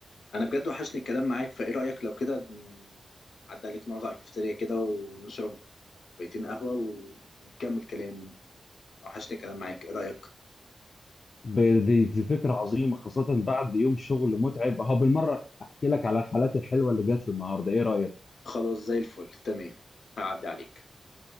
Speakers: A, on the left (about 80°); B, on the left (about 50°).
A: انا بجد وحشني الكلام معاك فايه رايك لو كده عدى عليك نقعد على الكافيتيريا كده ونشرب كوبايتين قهوة و- ونكمل كلام وحشني كلام معاك ايه رأيك
B: ب- دي دي فكره عظيمه خاصه بعد يوم شغل متعب اهو بالمره احكي لك على الحالات الحلوه اللي جات لي النهارده ايه رايك
A: خلاص زي الفل تمام هعدي عليك